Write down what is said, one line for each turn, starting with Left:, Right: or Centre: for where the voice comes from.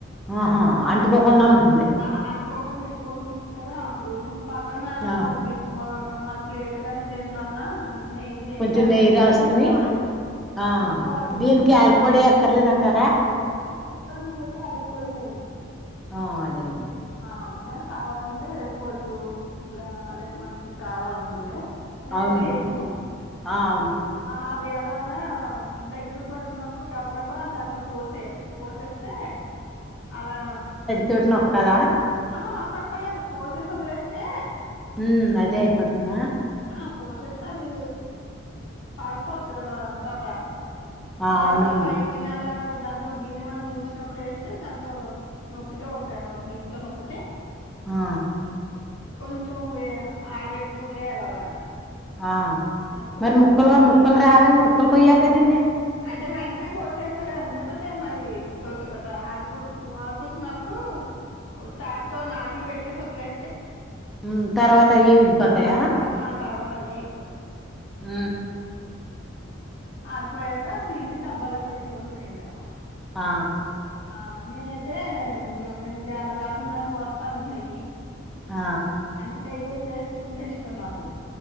Centre: ఆహా అంటుకోకుండా ఉంటుంది
Left: ఆ అంటుకోకుండా విడిపోతుంటుంది కదా అప్పుడు పక్కన
Centre: ఆ
Left: ఒ గెంటి ఒక మన ప్లేట్ గా దీంట్లో అన్న నెయ్యి నెయ్యి
Centre: కొంచెం
Left: రాసేసుకొని
Centre: రాసుకుని
Left: ఉంచుకోవాలి
Centre: ఆ
Left: ఉంచుకోవాలి
Centre: దీనికి ఆయల్పడి అక్కర్లేదంటారా
Left: అ దీంట్లో నేనైతే అళ్కిపోయి నేను
Centre: ఆ అదే నేను
Left: ఆ మే కావాలంటే వేసుకోవచ్చు అదే మనకి కావాలనుకుంటే నేనైతే
Centre: అవును
Left: ఏయను
Centre: ఆ అవును
Left: ఆ అది అలాగా దగ్గరకు పడుతున్నప్పుడు గబ గబ దాంట్లో పోసేయాలి పోసేస్తే అలా
Centre: తటి నొక్కాల
Left: ఆహ నక్కక్కలేదు కోసేసి వదిలేస్తే
Centre: ఉ అదే అయిపోతుందా
Left: ఆ పోసేస్తది పాగిపోతుంది కదా అంతటా
Centre: ఆ
Left: ఏమన్నా
Centre: అవునవును
Left: గిన్నె అలా దాంట్లో గిన్నె మనం ఊడ్చినప్పుడు ఏస్తే దాంతో నొక్కితో ఒక్క గిన్నెతో నొక్ తే
Centre: ఆ
Left: కొంచెం వ ఆడబెట్టి వదిలేయాలి అలాగా
Centre: ఆ
Left: ఆ కొంచం
Centre: మరి ముక్కలు
Left: చేతర్వాత
Centre: ముక్కలు రావే
Left: కొంచం
Centre: ముక్కలు కొయ్యాలి
Left: అదే
Centre: కదండి
Left: అంటే వెంటనే కోసేక్కలే వెంటనే పెట్టే మరి టవుతు కదా ఆరిపో ఆడిపోతున్నప్పుడు చాక్ తో నాట్లు పెట్టేసి వదిలే
Centre: ఉమ్ తర్వాత అయ్యే విడిపోతాయా
Left: ఆ తర్వా తర్వాతయే ఇపోతే
Centre: ఉ
Left: ఆరిపోయాక తీసి డబ్బలో పెట్టుకోండు ఇంకా
Centre: ఆ
Left: ఆ నేనైతే నేను గ్లాసు నర్ర పోస్తాను నెయ్యి
Centre: ఆ
Left: అంట నెయ్య ఎక్కు వేసుకుంటే ఇష్టం నాకు